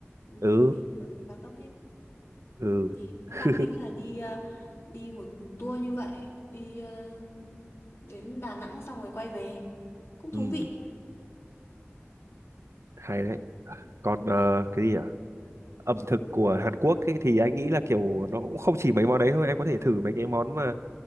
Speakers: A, on the left; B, on the right.
A: Ừ,
B: ừ
A: Đi đường cao tốc hết.
B: ừ
A: thì cũng
B: <laughs>
A: đang tính là đi ờ, đi một tour như vậy đi ờ, đến Đà Nẵng xong rồi quay về cũng
B: ừ
A: thú vị
B: hay đấy còn
A: vâng
B: ờ, cái gì ạ ẩm thực của Hàn Quốc ấy, thì anh nghĩ là kiểu nó cũng không chỉ mấy món đấy thôi em có thể thử mấy cái món mà